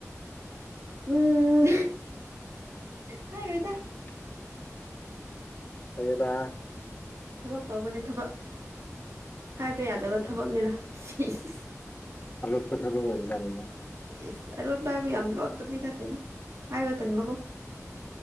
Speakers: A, on the right; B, on the left.
A: ꯎꯝ <inaudible> ꯍꯥꯏꯔꯣꯏꯗ
B: <inaudible> ꯍꯩꯌꯦꯗ
A: ꯊꯕꯛ ꯇꯧꯕꯅꯦ ꯊꯕꯛ ꯍꯥꯏꯕ ꯌꯥꯗꯕ
B: ꯑꯣ
A: ꯊꯕꯛꯅꯦꯗ ꯁꯤꯁ
B: ꯑꯂꯣꯠꯄ ꯊꯕꯛ ꯑꯣꯏꯕꯖꯥꯠꯅꯤꯅꯦ
A: ꯑꯦꯁ ꯑꯔꯣꯠꯄ ꯍꯥꯏꯕꯨ ꯌꯥꯝ ꯂꯣꯠꯄꯗꯤ ꯅꯠꯇꯦꯗ ꯍꯥꯏꯕ ꯇꯟꯕꯀꯣ